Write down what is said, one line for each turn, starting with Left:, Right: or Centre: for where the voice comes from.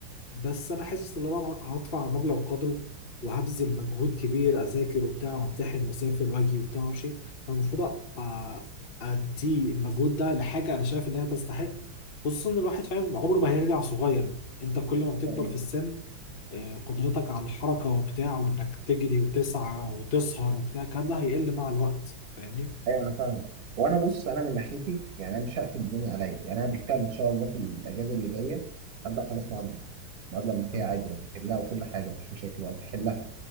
Left: بس انا حاسس ان انا هدفع مبلغ قدره وهبذل مجهود كبير اذاكر وبتاع وامتحن واسافر واجي وبتاع وامشي فالمفروض أ- ادي المجهود ده لحاجه انا شايف انها تستحق خصوصا ان الواحد فاهم عمره ما هيرجع صغير انت كل ما بتكبر
Right: طيب
Left: في السن آه، قدرتك على الحركة وبتاع وإنك تجري وتسعى وتسهر وبتاع الكلام ده هيقل مع الوقت فاهمني؟
Right: ايوه انا فاهم وانا بص انا من ناحيتي يعني انا مش هقفل الدنيا عليا يعني انا بالفعل ان شاء الله في الاجازه اللي جايه هبدا خلاص معادله معادله امريكيه
Left: تم-
Right: عادي واذاكر لها وكل حاجه مش مشاكل وهتحلها